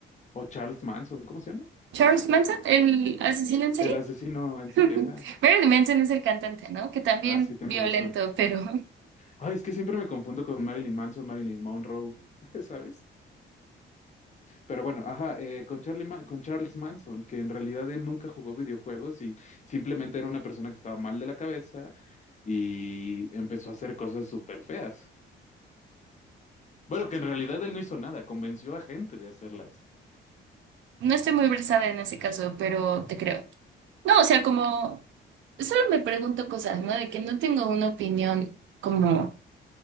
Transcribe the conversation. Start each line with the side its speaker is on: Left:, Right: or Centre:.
Left: O Charles Manson, ¿cómo se llama?
Right: Charles Manson, el asesino en serie.
Left: El asesino
Right: <laughs>
Left: en serie, ajá.
Right: Marilyn Manson es el cantante, ¿no? Que también
Left: Ah, sí, tienes
Right: violento,
Left: razón.
Right: pero
Left: Ay, es que siempre me confundo con Marilyn Manson, Marilyn Monroe, <laughs> ¿sabes? Pero bueno, ajá, eh, con Charlie Ma- con Charles Manson, que en realidad él nunca jugó videojuegos y simplemente era una persona que estaba mal de la cabeza y empezó a hacer cosas súper feas. Bueno, que en realidad él no hizo nada, convenció a gente de hacerlas.
Right: <laughs> no estoy muy versada en ese caso, pero te creo. No, o sea, como solo me pregunto cosas, ¿no? De que no tengo una opinión como